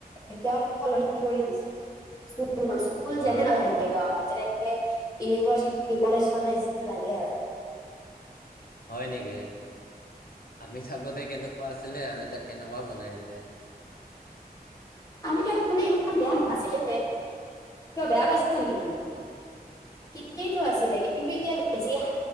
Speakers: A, on the left; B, on the left.
A: একদম সলনি কৰি দিছে স্কুল স্কুল
B: বা
A: যেনে নালাগিব আমাৰ যেনে ইউনিভাৰ্চিটি কলেজ কলেজ যে লাগে আৰু
B: হয় নেকি আমি থাকোতে কেনেকুৱা আছিলে আৰু এতিয়া কেনেকুৱা বনাই দিলে
A: আমি থাকোতে ইমান বেয়া নাছিলে কিয় বেয়া পাইছা নেকি তুমি ঠিকেইটো আছিলে কিন্তু এতিয়া বেছি